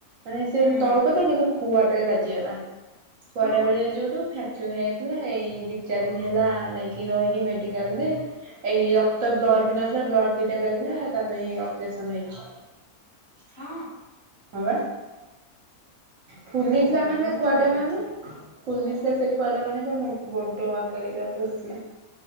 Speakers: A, on the right; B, on the left.
A: ମାନେ ସେ
B: ହୁଁ
A: ତଳକୁ ତ କିନ୍ତୁ ଖୁଆ ଟାରେ ବାଜିି ଜିଗଲା। ଖୁଆ
B: ହଁ
A: ଟା ବାଜିଲା ଯୋଉଠୁ ଫେକ୍ ଚ ହେଇଥିଲା ଏଇ ଦି ଚାରି ଦିନ ହେଲା ଯାଇକି ରହିକି ମେଡ଼ିକାଲ୍ ରେ ଏଇ ରକ୍ତ ବ୍ଲଡ୍ ବି ନଥିଲା। ବ୍ଲଡ୍ ଦିଟା ଲାଗିଲା, ତାପରେ ଏଇ ଅପରେସନ୍ ହେଇଛି।
B: ହଁ।
A: <unintelligible> ଫୁଲିଥିଲା
B: ଓ
A: ମାନେ
B: ଏମିତି
A: ସେ ଖୁଆ
B: ତାହେଲେ
A: ଟା ମାନେ।
B: କଥା
A: ଫୁଲିଥିଲା ସେ ଖୁଆଟା ମାନେ ତା ମୋ ବଡ ଆକାରେର ଫୁଲିଥିଲା।